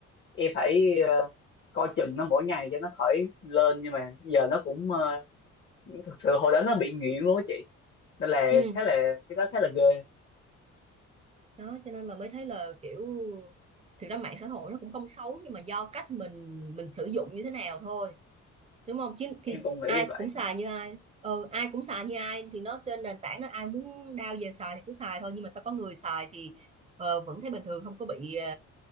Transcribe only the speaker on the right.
ừ
đó cho nên là mới thấy là kiểu thực ra mạng xã hội nó cũng không xấu nhưng mà do cách mình mình sử dụng như thế nào thôi đúng không chứ thì
ai
cũng xài như ai ừ, ai cũng xài như ai thì nó trên nền tảng nó ai muốn đao về xài thì cứ xài thôi nhưng mà sao có người xài thì ờ, vẫn thấy bình thường không có bị ờ,